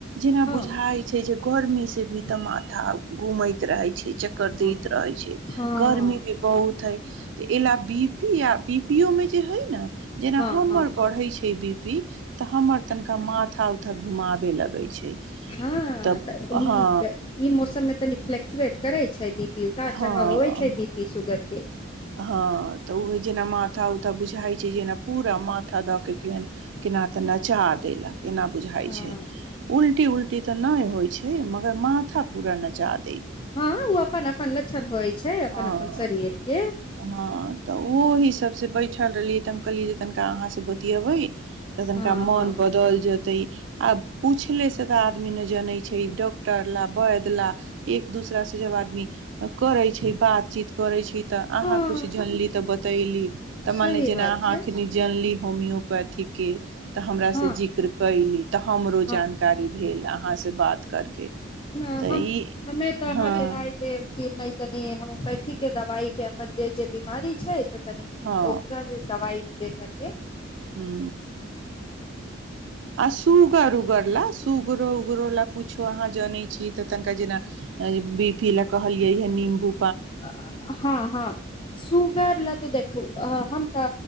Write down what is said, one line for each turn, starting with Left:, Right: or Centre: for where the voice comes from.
Right: जेना
Left: हँ
Right: बुझाय छै जे गर्मी से भी तऽ माथा घूमैत रहे छै चक्कर दैत
Left: हँ
Right: रहे छै
Left: हँ
Right: गर्मी भी बहुत है त एलए बी पी य बी पी मे जे हइ ने जेना
Left: हँ
Right: हमर
Left: ह
Right: बढ़ैत छै वि पी - तऽ हमर् तन क माँथ ओऽ घुमाबे लगै छै
Left: हँऽ
Right: तब
Left: ई
Right: हँ
Left: ई मौसममे तनी फ्लेक्चुएट करै छै बी उतार
Right: हँ
Left: चढ़ाव होबे छै बी पी सुगर के
Right: हँ तऽ उह जेना माथा उथा बुझाइ छै जे जेना पूरा माथा दऽ के केन केना तऽ नचा देलक केना बुझााय
Left: हँ
Right: छै उल्टी उलटी इ तऽ नहि होइ छै मगर माथा पूरा नजाद
Left: हँ ओ अपन अपन लक्षण होइ छै अपन
Right: हँ
Left: अपन शरीर के
Right: हँ तऽ ओ ह सब से बैठल रहलियै तऽ हम कहलियै जे कनिका अहाँ सुबतिबै तऽ तननका
Left: हँ
Right: मन
Left: हँ
Right: बदल जेतै आब पूछले से तऽ आदमी ने जनैत छै डॉक्टर ला वैद्य ला एक दूसरा से जब आदमी करे छै बातचीत करे छै तऽ अहाँ
Left: हँ
Right: कुछ जानली तऽ बतैली तऽ
Left: सही
Right: मान जेना
Left: बात
Right: अहाँ
Left: छै
Right: अखनी जानली होमियोपैथिक के तऽ हमरा
Left: हँ
Right: से जिक्र कली तऽ हमरो
Left: हँ
Right: जानकारी भेल कहहाँ से बात करके
Left: न
Right: तऽ
Left: हम
Right: ई
Left: हमे तऽ अहाँके
Right: हँ
Left: राय देब कि नहि तनि होम्योपैथी के दवाइ के अपन जे जे बीमारी छै तनी
Right: हँ
Left: ओकर दवाई ले कर के
Right: हू आ सुगर उगर लऽ उगरो उगरो ला कुछो अहाँ जानै छी त ना जेना बी पी लऽ कहलियै य नीम्बू
Left: हँ हँ सुगर ल तऽ देखू हम अ